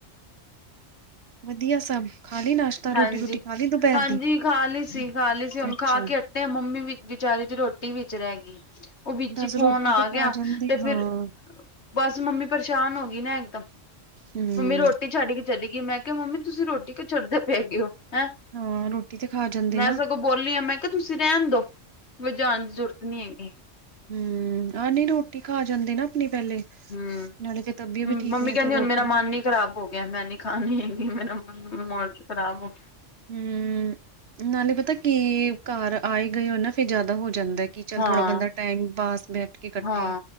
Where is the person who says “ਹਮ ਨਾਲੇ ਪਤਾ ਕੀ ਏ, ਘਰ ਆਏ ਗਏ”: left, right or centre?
Right